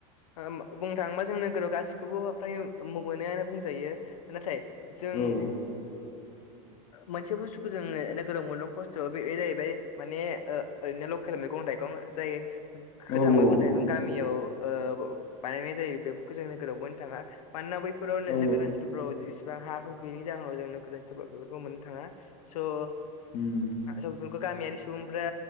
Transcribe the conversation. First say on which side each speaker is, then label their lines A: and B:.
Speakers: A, on the left; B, on the left.
A: बुंनो थाङोबा जों नोगोराव गासिखौबो फ्राय मोनोआनो बुंजायो नाथाय जों
B: औ
A: मोनसे बुस्थुखौ जोङो नोगोराव मोन खस्थ' बे जाहैबाय माने ओरैनो लकेल मैगं थाइ मैगं जाय गोथां
B: औ
A: मैगं थाइगं गामियाव ओ बानायनाय जायो बेफोरखौ जों नोगोराव मोननो थाङा मानोना बैफोराव
B: औ
A: नोगोर ओनसोलफोराव जि बिबां हा हु गैयिनि जाहोनाव जों नोगोर ओनसोलाव बेफोरखौ मोननो थाङा स'
B: <inaudible>
A: स' बेफोरखौ गामियारि सुबुंफ्रा